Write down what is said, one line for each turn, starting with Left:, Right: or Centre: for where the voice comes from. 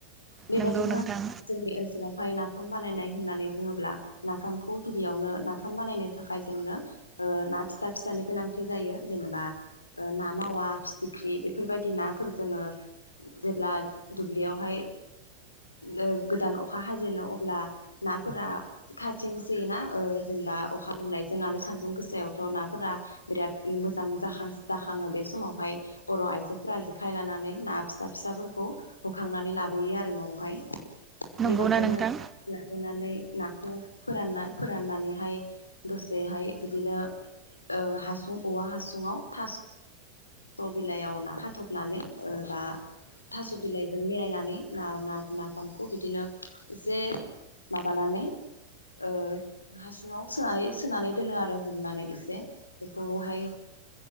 Left: बेबायदिनो
Right: नंगौ नोंथां
Left: जोंनि ओनसोलावहाय नाफाम बानायनाय होननानै बुङोब्ला नाफामखौ गिबियावनो नाफाम बानायनो थाखाय जोंनो ओ ना फिसा फिसानि गोनांथि जायो। जेनेबा ओ ना मावा फिथिख्रि बेफोरबायदि नाफोर जोङो जेब्ला दुब्लियावहाय ओ गोदान अखा हाजेनो अब्ला नाफोरा खाथिं सोयोना ओ जेनेबा अखा मोननायजों आरो सान्दुं गोसायावथ' नाफोरा बिराद मोजां जाखां जाखाङो बे समावहाय बर' आइजोफोरा जेखाय लानानै ना फिसा फिसाफोरखौ होखांनानै लाबोयो आरो न'आवहाय
Right: नंगौना
Left: बेबायदिनो
Right: नोंथां
Left: लाबोनानै नाखौ फोरानना फोराननानैहाय दसेहाय बिदिनो ओ हासुं औवा हासुङाव थास स' बिलाइयाव ना खाथबनानै। ओ बा थास' बिलाइजों मेरायनानै ना-ना-नाफामखौ बिदिनो एसे माबानानै ओ हासुङाव सोनानै सोनानै दोनो आरो हमनानै एसे बेखौहाय